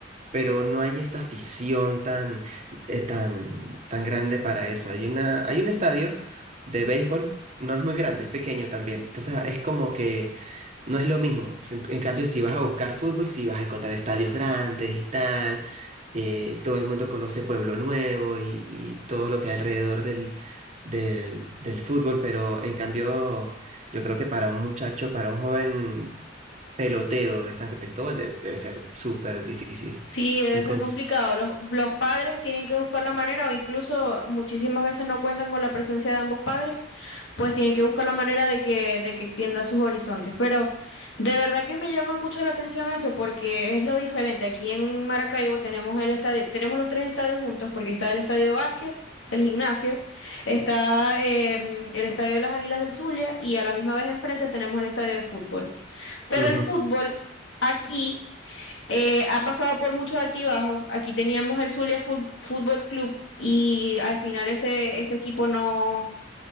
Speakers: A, on the right; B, on the left.
A: pero no hay esta afición tan, eh, tan, tan grande para eso. Hay una, hay un estadio de béisbol, no es muy grande, es pequeño también. Entonces ah, es como que no es lo mismo. En, en cambio, si vas a buscar fútbol, si vas a encontrar estadios grandes y tal. eh, todo el mundo conoce Pueblo Nuevo y, y todo lo que hay alrededor del, del, del fútbol, pero en cambio, yo creo que para un muchacho, para un joven pelotero de San Cristóbal, de- debe ser súper difícil.
B: Sí, debe
A: En
B: ser
A: cons-
B: complicado. Los, los padres tienen que buscar la manera, o incluso muchísimas veces no cuentan con la presencia de ambos padres, pues tienen que buscar la manera de que, de que extienda sus horizontes. Pero de verdad que me llama mucho la atención eso, porque es lo diferente. Aquí en Maracaibo tenemos el estadio, tenemos los tres estadios juntos, porque está el estadio de básquet, el gimnasio, está eh, mm, el estadio de las Águilas del Zulia, y a la misma vez enfrente tenemos el estadio de fútbol. Pero
A: Ujú,
B: el fútbol aquí eh, ha pasado por muchos altibajos. Aquí teníamos el Zulia Fu- Fútbol Club y al final ese, ese equipo no,